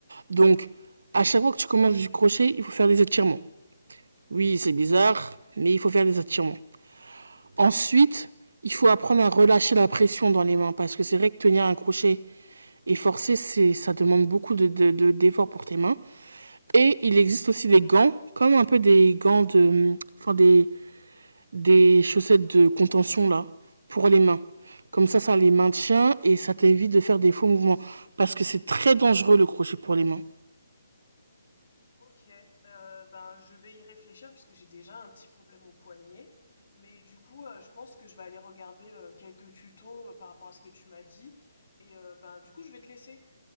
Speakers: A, on the right; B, on the left.
A: Donc, à chaque fois que tu commences du crochet, il faut faire des étirements. Oui, c'est bizarre, mais il faut faire des étirements. Ensuite, il faut apprendre à relâcher la pression dans les mains parce que c'est vrai que tenir un crochet et forcer, c'est, ça demande beaucoup de, de, de- d'efforts pour tes mains. Et il existe aussi des gants, comme un peu des gants de, enfin des, des chaussettes de contention là pour les mains. Comme ça, ça les maintient et ça t'évite de faire des faux mouvements parce que c'est très dangereux le crochet pour les mains.
B: Ok, euh, ben je vais y réfléchir parce que j'ai déjà un petit problème au poignet, mais du coup, euh, je pense que je vais aller regarder euh, quelques tutos euh, par rapport à ce que tu m'as dit, et euh, ben du coup, je vais te laisser.